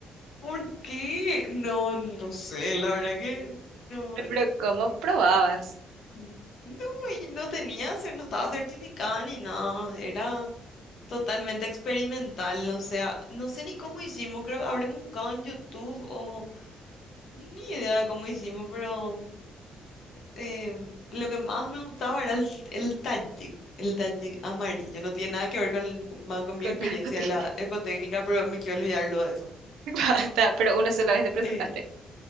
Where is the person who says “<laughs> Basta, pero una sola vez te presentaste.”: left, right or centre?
Right